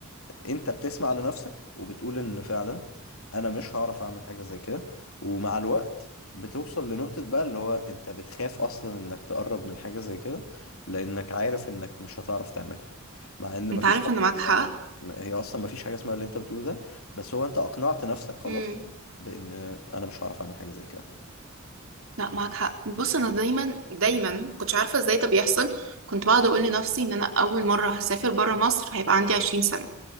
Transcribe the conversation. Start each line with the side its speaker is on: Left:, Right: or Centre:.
Left: انت بتسمع لنفسك وبتقول ان فعلا انا مش هعرف اعمل حاجة زي كده ومع الوقت بتوصل لنقطة بقى اللي هو انت بتخاف اصلا انك تقرب من حاجة زي كده لانك عارف انك مش هتعرف تعملها مع ان
Right: انت
Left: مفيش
Right: عارف
Left: حد
Right: ان معاك
Left: يعني
Right: حق
Left: ما- هي اصلا مفيش حاجة اسمها اللي انت بتقوله ده بس هو انت اقنعت نفسك خلاص
Right: امم
Left: بان انا مش هعرف اعمل حاجة زي كده
Right: لا معاك حق بص انا دايما دايما كنتش عارفه ازاي ده بيحصل كنت بقعد اقول لنفسي ان انا اول مره هسافر بره مصر هيبقى عندي 20